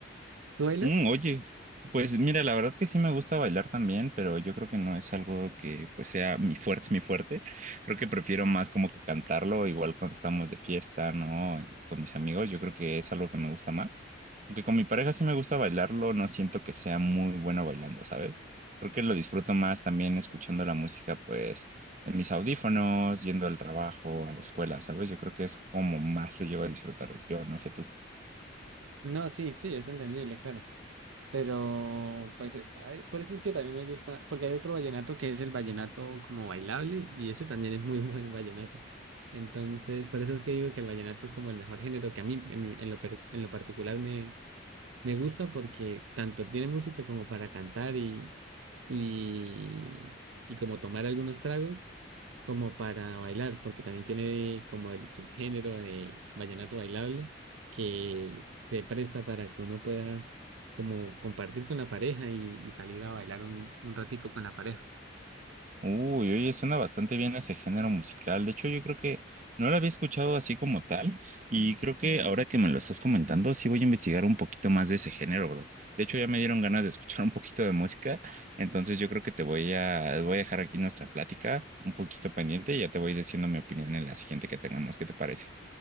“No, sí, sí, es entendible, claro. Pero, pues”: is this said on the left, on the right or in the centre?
Right